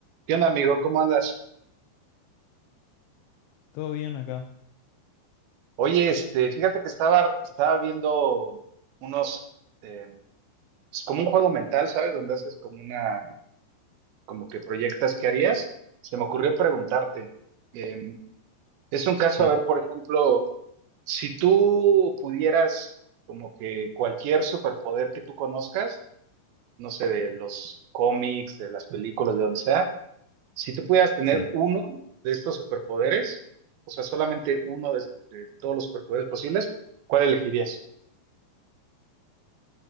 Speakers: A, on the right (about 70°); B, on the left (about 80°).
A: ¿Qué onda, amigo? ¿Cómo andas?
B: ¿todo bien acá?
A: Oye, este, fíjate que estaba, estaba viendo unos, eh, es como un juego mental, ¿sabes? Donde haces como una, como que proyectas qué harías. Se me ocurrió preguntarte, eh, es un caso,
B: Sí,
A: a ver, por ejemplo, si tú pudieras como que cualquier superpoder que tú conozcas, no sé, de los cómics, de las películas, de donde sea, Si tú pudieras tener
B: sí.
A: uno de estos superpoderes, o sea, solamente uno de, de todos los superpoderes posibles, ¿cuál elegirías?